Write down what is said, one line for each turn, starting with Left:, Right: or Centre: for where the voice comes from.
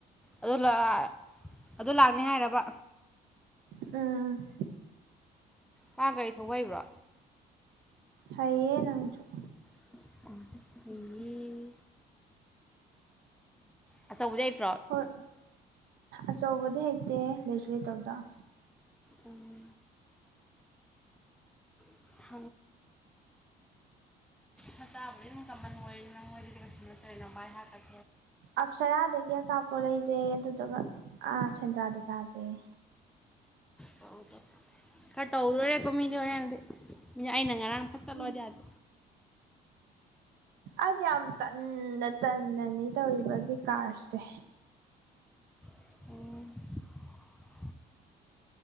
Centre: ꯑꯗꯨ ꯂꯥꯛ ꯑꯗꯨ ꯂꯥꯛꯅꯤ ꯍꯥꯏꯔꯕ
Right: ꯎꯝ
Centre: ꯃꯥ ꯒꯥꯔꯤ ꯊꯧꯕ ꯍꯩꯕ꯭ꯔꯣ
Right: ꯍꯩꯌꯦ ꯅꯪꯁꯨꯨ
Centre: ꯐꯩꯌꯦ ꯑꯆꯧꯕꯗꯤ ꯂꯩꯇ꯭ꯔꯣ
Right: ꯍꯣꯏ ꯑꯆꯧꯕꯗꯤ ꯍꯩꯇꯦꯍꯦ ꯂꯩꯁꯨ ꯂꯩꯇꯕꯗꯣ
Centre: ꯎꯝ <unintelligible> ꯍꯇꯥꯕꯨꯗꯤ ꯑꯗꯨꯝ ꯀꯃꯟ ꯑꯣꯏ ꯅꯪꯉꯣꯏꯗꯗꯤ ꯀꯩꯁꯨ ꯅꯠꯇ꯭ꯔꯦꯅ ꯚꯕꯥꯏ ꯍꯥꯞꯀꯠ
Right: ꯑꯞꯁꯔꯥꯗꯒꯤ ꯑꯆꯥꯄꯣꯠ ꯂꯩꯖꯩꯍꯦ ꯑꯗꯨꯗꯨꯒ ꯑꯥ ꯁꯦꯟꯗ꯭ꯔꯥꯗ ꯆꯥꯖꯩꯍꯦ
Centre: ꯆꯥꯎꯖꯣ ꯈꯔ ꯇꯧꯗꯨꯔꯦꯀꯣ ꯃꯤꯗꯤ ꯍꯣꯔꯦꯟꯗꯤ ꯃꯤ ꯑꯩꯅ ꯉꯔꯥꯡ ꯐꯠ ꯆꯠꯂꯣꯗꯤ
Right: ꯎꯝ
Centre: ꯌꯥꯗꯦ
Right: ꯑꯩꯗꯤ ꯌꯥꯝ ꯇꯟꯅ ꯇꯟꯅꯅꯤ ꯇꯧꯔꯤꯕ ꯕꯤꯀꯥꯔꯁꯦ
Centre: ꯑꯣ